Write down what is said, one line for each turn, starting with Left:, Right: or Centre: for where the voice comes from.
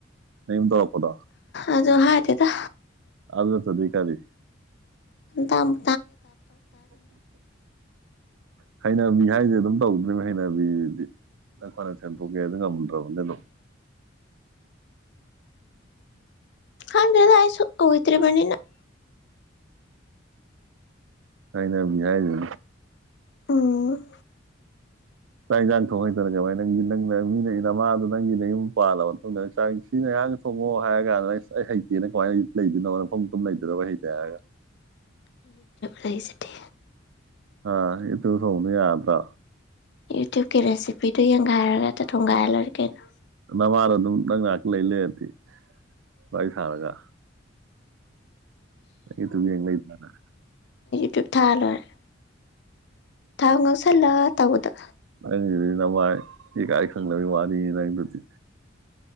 Right: ꯝ ꯇꯀꯣꯗꯥ
Left: ꯑꯗꯨ ꯍꯥꯏꯗꯦꯗ
Right: ꯑꯗꯤ ꯀꯅꯤ
Left: ꯇꯝ
Right: ꯎ ꯎ ꯐ ꯍꯩꯅꯕꯤ ꯍꯥꯏꯁꯦ ꯑꯗꯨꯝ ꯇꯧꯗ꯭ꯔꯤꯕꯅꯤ ꯍꯩꯅꯕꯤꯗꯤ ꯅꯪ ꯐꯅ ꯁꯦꯟꯗꯣꯛꯀꯦ ꯑꯗꯨ ꯉꯝꯗ꯭ꯔꯕꯅꯤ ꯑꯗꯨꯝ
Left: ꯍꯥꯟꯗꯗ ꯍꯥꯏꯥꯏꯁꯁꯨ ꯍꯣꯏꯇ꯭ꯔꯤ ꯃꯅꯤꯅ
Right: ꯍꯥꯏꯅꯕꯤ ꯍꯥꯏꯥꯏꯗꯨ
Left: ꯎꯝ
Right: ꯆꯥꯛ ꯌꯦꯟꯁꯥꯡ ꯊꯣꯡ ꯍꯩꯇꯅ ꯀꯃꯥꯏ ꯅꯪꯒꯤ ꯅꯪꯅ ꯃꯤꯅ ꯅꯃꯥꯗꯣ ꯅꯪꯒꯤ ꯅꯪ ꯌꯨꯝ ꯄꯥꯜꯂꯕ ꯃꯇꯨꯡꯗ ꯅꯥꯛ ꯁꯤꯅ ꯑꯔꯥꯡ ꯊꯣꯛꯣꯡꯉꯣ ꯍꯥꯏꯔ ꯀꯥꯟꯗ ꯑꯩꯁ ꯑꯩ ꯍꯩꯇꯦꯅ ꯀꯃꯥꯏ ꯂꯩꯗꯣꯏꯅꯣ ꯃꯐꯝ ꯂꯩ ꯑꯗꯨꯣ ꯋꯥꯍꯤ ꯇ ꯍꯥꯏꯒ
Left: ꯂꯩ ꯆꯇꯦ
Right: ꯍꯥꯥ ꯏꯇ ꯁꯣꯅ ꯌꯥꯔꯗ
Left: ꯌꯨꯇꯨꯕꯀꯤ ꯔꯦꯁꯤꯄꯤꯤꯗꯨ ꯌꯦꯡ ꯉꯒꯥꯏꯔꯒ ꯊꯨꯡꯒꯥꯏ ꯂꯩꯣꯏꯔ ꯀꯩꯅꯣ
Right: ꯅꯃꯥꯗ ꯑꯗꯨꯝ ꯅꯪ ꯉꯥꯏꯍꯥꯛ ꯂꯩ ꯂꯩꯔꯗꯤ ꯋꯥꯔꯤꯥꯏ ꯁꯥꯔꯒ ꯍ ꯇꯨ ꯌꯦꯡ ꯂꯩ ꯏꯗꯅꯥꯅꯥ
Left: ꯌꯨꯇꯕ ꯊꯥꯂꯣꯏꯔꯦ ꯇꯥꯥꯎꯅꯣꯁꯂ ꯇꯒꯗ
Right: ꯑꯩꯪꯗꯨꯗꯤ ꯅꯃꯥꯏ ꯏꯀꯥꯏ ꯈꯪꯗꯕ ꯋꯥꯅꯤ ꯅꯪꯗꯨꯗꯤ